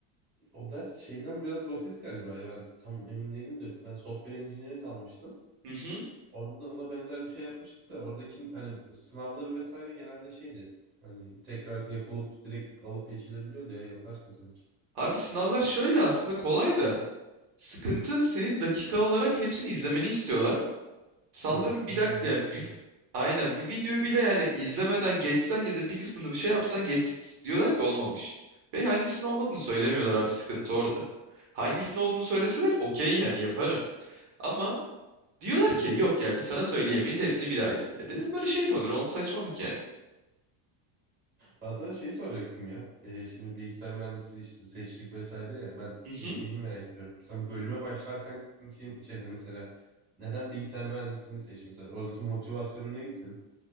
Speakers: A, on the right; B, on the right.
A: O ders şeyden biraz basit galiba ya ben tam emin değilim de ben software engineering almıştım.
B: Hı hı.
A: Orada da ona benzer bir şey yapmıştık da oradaki hani sınavları vesaire genelde şeydi. Hani tekrar yapılıp direkt alıp geçilebiliyordu ya yaparsın sanki.
B: Abi sınavlar şöyle aslında kolay da. Sıkıntı senin dakika olarak hepsini izlemeni istiyorlar. sallıyorum
A: Ha,
B: bir
A: yandan
B: dakika yani
A: çıktı
B: bir- aynen bir videoyu bile yani izlemeden geçsen ya da bir kısmını bir şey yapsan geç diyorlar ki olmamış. Ve hangisinin olmadığını söylemiyorlar abi sıkıntı orada. Hangisinin olduğunu söyleseler okey yani yaparım. Ama diyorlar ki yok yani biz sana söyleyemeyiz hepsini bir daha izle. E Dedim böyle şey mi olur? Oğlum saçmalık yani.
A: Ben sana şeyi soracaktım ya. Ee, şimdi bilgisayar mühendisliği işte seçtik vesaire ya. Ben
B: Hı
A: e,
B: hı.
A: şeyini merak ediyorum. Sen bölüme başlarken kim şey hani mesela neden bilgisayar mühendisliğini seçtin? Mesela oradaki motivasyonun neydi senin?